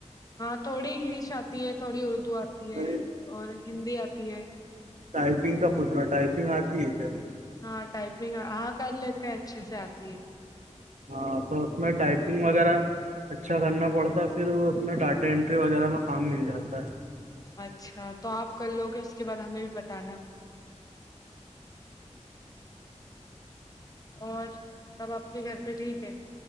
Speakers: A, on the left; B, on the right.
A: ہاں تھوڑی انگلش آتی ہے تھوڑی اردو آتی ہے
B: نہیں
A: اور ہندی آتی ہے
B: ٹائپنگ کا پچ رہا ٹائپنگ آتی ہے کیا
A: ہاں ٹائپنگ ہاں کر لیتے ہیں اچھے سے آتی ہے
B: ہاں تو اس میں ٹائپنگ وغیرہ اچھا کرنا پڑتا ہے پھر اس میں ڈاٹا انٹری وغیرہ میں کام مل جاتا ہے
A: اچھا تو آپ کل لوگے اس کے بعد ہمیں بھی بتانا اور سب آپ کے گھر پہ ٹھیک ہے